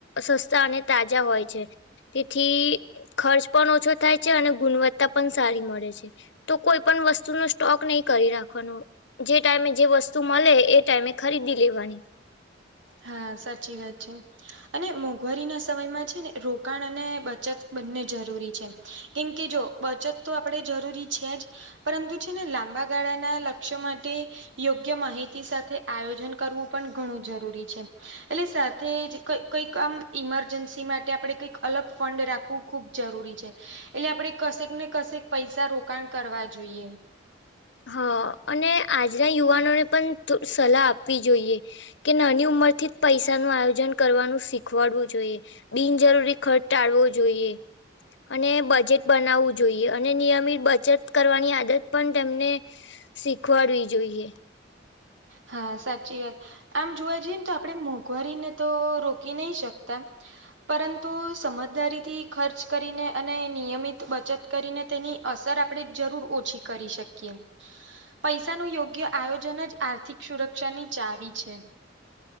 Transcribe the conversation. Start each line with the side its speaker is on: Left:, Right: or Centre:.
Left: સસ્તા અને તાજા હોય છે. તેથી ખર્ચ પણ ઓછો થાય છે અને ગુણવત્તા પણ સારી મળે છે. તો કોઈ પણ વસ્તુનો સ્ટોક નહી કરી રાખવાનો જે ટાઈમે જે વસ્તુ મળે એ ટાઈમે ખરીદી લેવાની
Right: હા સાચી વાત છે અને મોંઘવારી ના સમયમાં છે ને રોકાણ અને બચત બંને જરૂરી છે. કેમ કે જો બચત તો આપણે જરૂરી છે જ પરંતુ છે ને લાંબા ગાળાના લક્ષ્યો માટે યોગ્ય માહિતી સાથે આયોજન કરવું પણ ઘણું જરૂરી છે. એટલે સાથે જ ક કંઈક આમ ઈમરજન્સી માટે આપણે કંઈક અલગ ફંડ રાખવું ખૂબ જરૂરી છે. એટલે આપણેે કશેક ને કશેક પૈસા રોકાણ કરવા જોઈએ
Left: હા અને આજના યુવાનોને પણ સલાહ આપવી જોઈએ કે નાની ઉંમરથી જ પૈસાનું આયોજન કરવાનું શીખવાડવું જોઈએ બિનજરૂરી ખર્ચ ટાળવો જોઈએ અને બજેટ બનાવવું જોઈએ અને નિયમિત બચત કરવાની આદત પણ તેમને શીખવાડવી જોઈએ
Right: હા સાચી વાત આમ જોવા જઈએ ને તો આપણેે મોંઘવારીને તો રોકી નહી શકતા પરંતુ સમજદારીથી ખર્ચ કરીને અને નિયમિત બચત કરીને તેની અસર આપણે જરૂર ઓછી કરી શકીએ પૈસાનું યોગ્ય આયોજન જ આર્થિક સુરક્ષા ની ચાવી છે.